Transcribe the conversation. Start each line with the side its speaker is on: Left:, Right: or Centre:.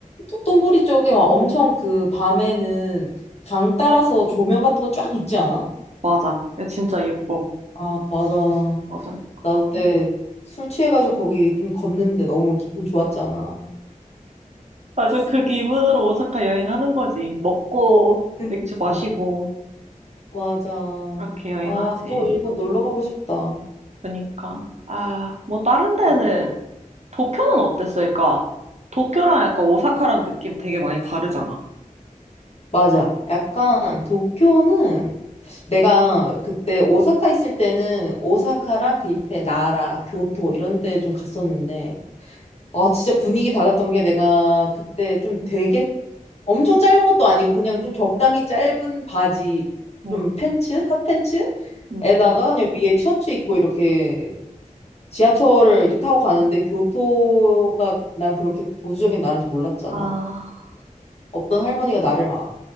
Left: 토톤보리 쪽에 막 엄청 그 밤에는 강 따라서 조명 같은 거 쫙 있지 않아?
Right: 맞아. 야, 진짜 예뻐.
Left: 아, 맞아.
Right: 맞아.
Left: 나 그때
Right: 어.
Left: 술 취해가지고 거기 좀 걷는데 너무 기분 좋았잖아.
Right: 맞아. 그 기분으로 오사카 여행하는 거지. 먹고,
Left: 그러니까.
Right: 맥주 마시고,
Left: 맞아.
Right: 그렇게 여행하지.
Left: 아, 또 일본 놀러 가고 싶다.
Right: 그니까. 아, 뭐, 다른 데는,
Left: 응.
Right: 도쿄는 어땠어? 그러니까, 도쿄랑 약간 오사카랑 느낌 되게 많이 다르잖아.
Left: 맞아. 약간 도쿄는 내가 그때 오사카 있을 때는 오사카랑 그 옆에 나라, 교토 이런 데 좀 갔었는데, 아, 진짜 분위기 달랐던 게 내가 그때 좀 되게 엄청 짧은 것도 아니고 그냥 좀 적당히 짧은 바지,
Right: 응,
Left: 좀 팬츠, 핫팬츠에다가
Right: 응.
Left: 그냥 위에 셔츠 입고 이렇게 지하철을 이렇게 타고 가는데 교토가 난 그렇게 보수적인 나라인지 몰랐잖아.
Right: 아,
Left: 어떤 할머니가 나를 막